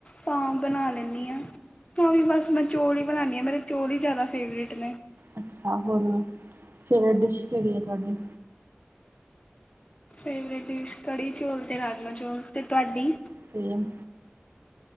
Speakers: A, on the left (about 25°); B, on the right (about 60°).
A: ਤਾਂ ਬਣਾ ਲੈਂਨੀ ਆਂ। ਤਾਂ ਵੀ ਬਸ ਮੈਂ ਚੋਲ ਈ ਬਨਾਣੀ ਆ ਮੇਰੇ ਚੋਲ ਈ ਜਾਦਾ ਫੇਵਰੇਟ ਨੇ।
B: ਅੱਛਾ ਹੋਰ, ਫੇਵਰੇ ਡਿਸ਼ ਕੇੜੀ ਏ ਤੁਹਾਡੀ?
A: ਫੇਵਰੇਟ ਡਿਸ਼ ਕੜੀ ਚੋਲ ਅਤੇ ਰਾਜਮਾ ਚੋਲ ਤੇ ਤੁਆਡੀ?
B: ਸੇਮ